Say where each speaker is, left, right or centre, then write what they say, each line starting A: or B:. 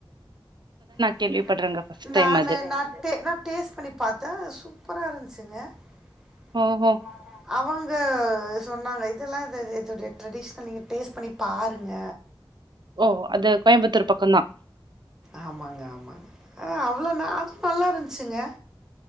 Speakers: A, in the centre; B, on the right.
A: இப்பதா
B: கேள்விப்படுறேங்க
A: நா கேள்விப்படற
B: ஃபர்ஸ்ட் டைம்
A: நானு
B: அது
A: நா ட்டே நா டேஸ்ட் பண்ணி பாத்தே சூப்பரா இருந் ச்சுங்க <inaudible>
B: ஓஹோ
A: அவங்க சொன்னாங்க இதெல்லா இது இதோடைய ட்ரெடிஷ்னல் நீங்க டேஸ்ட் பண்ணி பாருங்க
B: ஓ அது கோயம்புத்தூர் பக்கோந்தா
A: ஆமாங்க-ஆமாங்க ஆ அவ்ளோ ந அது நல்லா இருந்துச்சுங்க